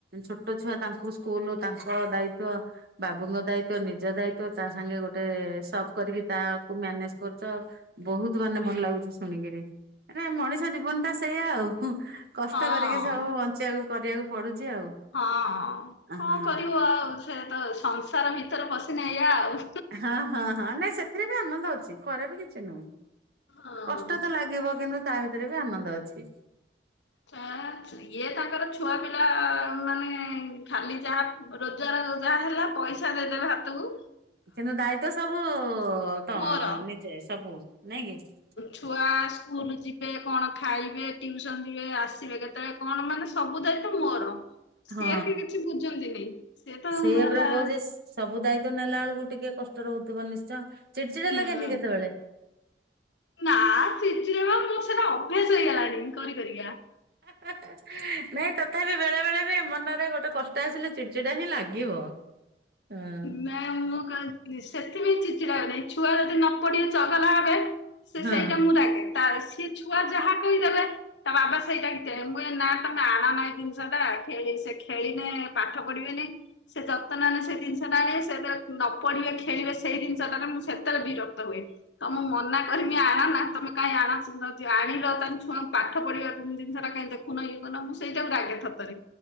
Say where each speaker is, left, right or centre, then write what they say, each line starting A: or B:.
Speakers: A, on the right; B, on the left.
A: ଛୋଟ ଛୁଆ ତାଙ୍କୁ ସ୍କୁଲ, ତାଙ୍କ ଦାୟିତ୍ଵ। ବାବୁଙ୍କ ଦାୟିତ୍ବ, ନିଜ ଦାୟିତ୍ବ, ତା ସାଙ୍ଗେ ଗୋଟେ ସପ୍ କରିକି ତାକୁ ମ୍ୟାନେଜ୍ କରୁଛ। ବହୁତ ମାନେ ଭଲ ଲାଗୁଛି ଶୁଣିକିରି। ମାନେ, ମଣିଷ ଜୀବନ ଟା ସେଇଆ ଆଉ। କଷ୍ଟ
B: ହଁ
A: କରିକି ସବୁ ବଞ୍ଚିବାକୁ କରିବାକୁ ପଡୁଛି ଆଉ।
B: ହଁ ହଁ, କଣ
A: ହଁ।
B: କରିବ ଆଉ? ସେ ତ ସଂସାର ଭିତରେ ପଶିଲେ ଏଇୟା ଆଉ।
A: ହଁ ହଁ ହଁ, ନାଇଁ, ସେଥିରେ ବି ଆନନ୍ଦ ଅଛି, ଖରାପ କିଛି ନୁହେଁ,
B: ହଁ
A: କଷ୍ଟ ତ ଲାଗିବ କିନ୍ତୁ। ତା ଭିତେରେ ବି ଆନନ୍ଦ ଅଛି।
B: ଆ, ଇଏ, ତାଙ୍କର ଛୁଆ ପିଲା ମାନେ, ଖାଲି ଯାହା ରୋଜଗାର ଯାହା ହେଲା, ପଇସା- ଦେଇଦେବେ ହାତୁକୁ।
A: କିନ୍ତୁ ଦାୟିତ୍ଵ ସବୁ ଉ ତ
B: ମୋର
A: ନିଜେ ସବୁ ନାହିଁକି?
B: ଛୁଆ ସ୍କୁଲ ଯିବେ, କଣ ଖାଇବେ, ଟିଉସନ୍ ଯିବେ, ଆସିବେ କେତ୍ ଏ କଣ ମାନେ ସବୁ ଦାୟିତ୍ୱ ମୋର। ସିଏ
A: ହଁ
B: ପି କିଛି ବୁଝନ୍ତିନି, ସିଏ ତ
A: ସେଇଆ
B: ହେଲା
A: ପରା କହୁଛି ସବୁ ଦାୟିତ୍ୱ ନେଲାଳେକୁ ଟିକେ କଷ୍ଟ ରହୁଥିବ ନିଶ୍ଚୟ। ଚିଡଚିଡା
B: ହୁଁ
A: ଲାଗେନି କେତେବେଳେ?
B: ନା, <unintelligible> ମୋର୍ ସେଟା ଅଭ୍ୟାସ୍ ହେଇଗଲାଣି କରିକରିକା।
A: <unintelligible> ହେଁ, ନାଇଁ ତଥାପି ବେଳେବେଳେ ବି ମନରେ ଗୋଟେ କଷ୍ଟ ଆସିଲେ ଚିଡଚିଡା ହିଁ ଲାଗିବ। ହଁ।
B: <inaudible> ସେଥିପାଇଁ ଚିଚିଡା ହେବିନାଇଁ, ଛୁଆ ଯଦି ନ ପଢି ଚଗଲା ହେବେ ସେ,
A: ହଁ
B: ସେଇଟା ମୁଁ ରାଗେ ତାସ୍, ସିଏ ଛୁଆ ଯାହା କହିଦେବେ ତା ବାବା, ସେଇଟା, <unintelligible> ମୁଁ ନା, ତମେ ଆଣନା ଏ ଜିନିଷ ଟା। ଖେଳି ଖେଳିଲେ ପାଠ ପଢିବେନି। ସେ ଯତ୍ ବର୍ତ୍ତମାନ ସେ ଜିନିଷଟା ଆଣିବେ, ସେତେ ନ ପଢିବେ ଖେଳିବେ। ସେଇ ଜିନିଷଟାରେ ମୁଁ ସେତେଳେ ବିରକ୍ତ ହୁଏ। ତମ ମନା କରିଲି, ଆଣନା। ତମେ କାହିଁକି ଆଣ? <inaudible> ଆଣିଲ, ତାଲେ ଛୁଆଁଙ୍କୁ ପାଠ ପଢିବାର ଜିନିଷ ଟାଁ କାଁଇ ଦେଖ୍ ଉନ ଇଏ କରୁନ? ମୁଁ ସେଇଟାକୁ ରାଗେ ସତରେ।